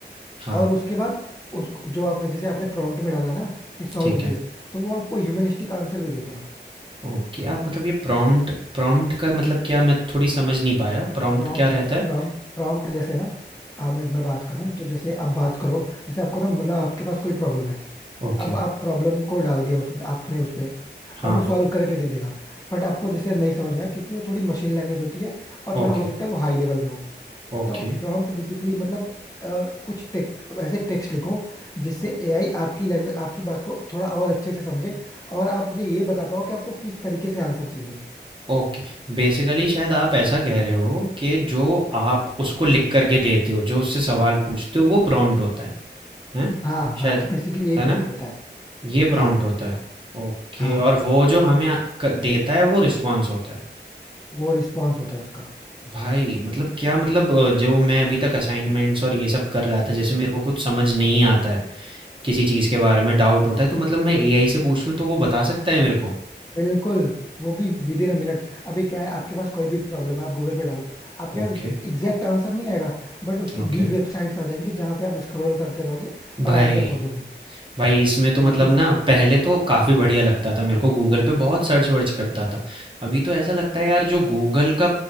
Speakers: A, on the right (about 30°); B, on the left (about 20°).
A: हाँ
B: और उसके बाद उसको जो आपने जैसे आपने प्रॉम्प्ट में डाला ना कि सॉल्व
A: ठीक
B: दिस
A: है
B: तो वो आपको ह्यूमनिस्टिक आंसर भी देता
A: ओके, आप मतलब ये प्रॉम्प्ट प्रॉम्प्ट का मतलब क्या मैं थोड़ी समझ नहीं पाया, प्रॉम्प्ट
B: प्रॉम्प्ट
A: क्या रहता है?
B: प्रॉम्प्ट प्रॉम्प्ट जैसे ना आ, मैं मैं बात करूं तो जैसे आप बात करो जैसे आपको ना मतलब आपके पास कोई प्रॉब्लम है
A: ओके,
B: अब आप प्रॉब्लम को डाल दिया उसने आपने उस पे
A: हाँ,
B: अब वो सॉल्व करके दे देगा बट आपको जैसे नहीं समझ में आया क्योंकि वो थोड़ी मशीन लैंग्वेज होती है और
A: ओके,
B: थोड़ा हो सकता है वो हाई लेवल में हो
A: ओके,
B: तो प्रॉम्प्ट बेसिकली मतलब अ, कुछ टेक ऐसे टेक्स्ट लिखो जिससे एआई आपकी लैंग्वेज आपकी बात को थोड़ा और अच्छे से समझे और आप मुझे ये बता पाओ कि आपको किस तरीके से आंसर चाहिए
A: ओके। बेसिकली शायद आप ऐसा कह रहे हो कि जो आप उसको लिख कर के देते हो, जो उससे सवाल पूछते हो वो प्रॉम्प्ट होता है, हैं?
B: हाँ
A: शायद,
B: हाँ बेसिकली यही प्रॉम्प्ट
A: है ना?
B: होता है
A: ये प्रॉम्प्ट
B: हाँ
A: होता है। ओके
B: हाँ
A: और वो जो हमें अ, क देता है वो रिस्पॉन्स होता है।
B: वो रिस्पॉन्स होता है उसका
A: भाई मतलब क्या मतलब अ, जो मैं अभी तक असाइनमेंट्स और ये सब कर रहा था, जैसे मेरे को कुछ समझ नहीं आता है। किसी चीज़ के बारे में डाउट होता है तो मतलब मैं एआई से पूछ लूँ तो वो बता सकता है मेरे को?
B: बिल्कुल वो भी विद इन अ मिनट अभी क्या है आपके पास कोई भी प्रॉब्लम है आप गूगल पे डालो आपके
A: Okay,
B: पास एग्जैक्ट आंसर नहीं आएगा बट उसकी
A: okay.
B: बीस वेबसाइट्स आ जाएंगी जहाँ पे आप स्क्रॉल करते रहोगे
A: भाई,
B: और आंसर खोजोगे
A: भाई इसमें तो मतलब
B: है कि नहीं
A: ना पहले तो काफ़ी बढ़िया लगता था मेरे को गूगल पे बहुत सर्च-वर्च करता था। अभी तो ऐसा लगता है यार जो गूगल का